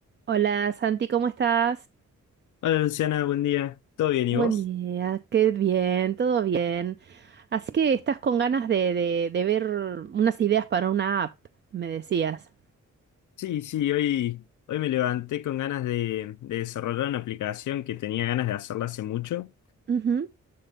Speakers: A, on the right; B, on the left.
A: Hola Santi, ¿cómo estás?
B: Hola Luciana, buen día. ¿Todo bien
A: Buen
B: y vos?
A: día, qué bien, todo bien. Así que estás con ganas de, de- de ver unas ideas para una app, me decías.
B: Sí, sí, hoy, hoy me levanté con ganas de, de desarrollar una aplicación que tenía ganas de hacerla hace mucho,
A: Ujú.